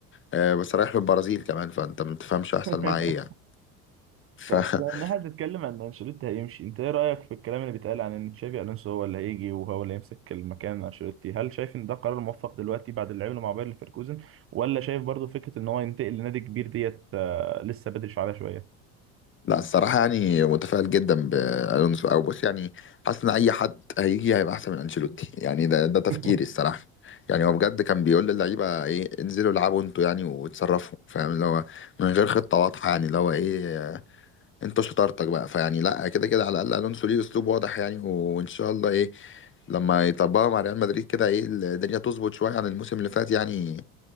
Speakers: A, on the left; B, on the right.
A: آه، بس رايح للبرازيل كمان فانت ما بتفهمش هيحصل
B: <laughs>
A: معاه ايه يعني ف
B: طب
A: <laughs>
B: بما انها بتتكلم عن إن انشيلوتي هيمشي انت ايه رايك في الكلام اللي بيتقال عن ان تشافي الونسو هو اللي هيجي وهو اللي يمسك المكان انشيلوتي هل شايف ان ده قرار موفق دلوقتي بعد اللي عمله مع باير ليفركوزن ولا شايف برضو فكره ان هو ينتقل لنادي كبير ديت آه، لسه بدري عليها شويه
A: لا الصراحة يعني متفائل جدا بألونسو أو بص يعني حاسس إن أي حد هيجي هيبقى أحسن من أنشيلوتي يعني ده ده تفكيري
B: <laughs>
A: الصراحة يعني هو بجد كان بيقول للعيبة إيه انزلوا العبوا أنتوا يعني وتصرفوا فاهم اللي هو من غير خطة واضحة يعني اللي هو إيه أنتوا شطارتك بقى فيعني لا كده كده على الأقل ألونسو ليه أسلوب واضح يعني وإن شاء الله إيه لما يطبقها مع ريال مدريد كده إيه الدنيا تظبط شوية عن الموسم اللي فات يعني